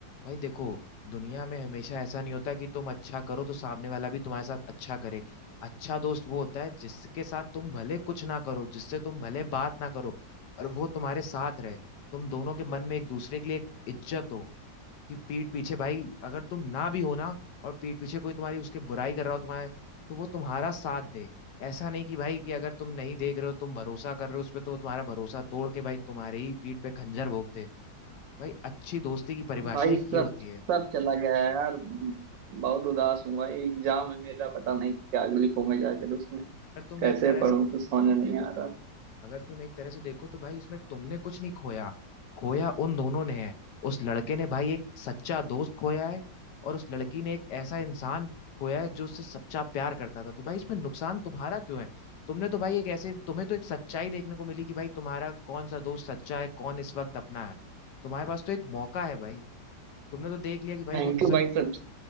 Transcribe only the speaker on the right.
भाई
सब
सब चला गया है यार बहुत उदास हूँ भाई एग्जाम है मेरा पता नहीं क्या लिखूंगा जाकर उसमें
कैसे
पढूं कुछ समझ नहीं आ रहा
थैंक
यू भाई सब